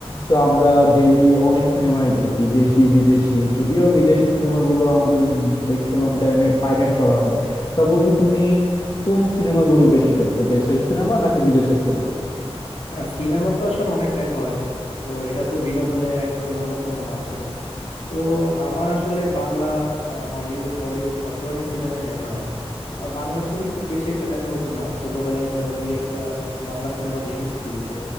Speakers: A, on the left; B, on the left.
A: তো আমরা ডেইলি অনেক সিনেমাই দেখি দেশি বিদেশি যদিও বিদেশি সিনেমাগুলো আমাদের ম্যাক্সিমাম টাইমে পাইরেট করা হয় তা বন্ধু তুমি কোন সিনেমাগুলো বেশি দেখো দেশের সিনেমা নাকি বিদেশের সিনেমা
B: হ্যাঁ সিনেমা তো আসলে অনেক দেখা হয় তো এটা তো বিনোদনের একদম অন্যতম মাধ্যম তো আমার আসলে বাংলা আহ, হলিউড বলিউড সব ধরনের সিনেমাই দেখা হয় আহ, বাংলা ছবি খুব বেশি একটা দেখা হতো না ছোটবেলায় ধরো দুই একটা বাংলা সিনেমা দেখেছি টিভিতে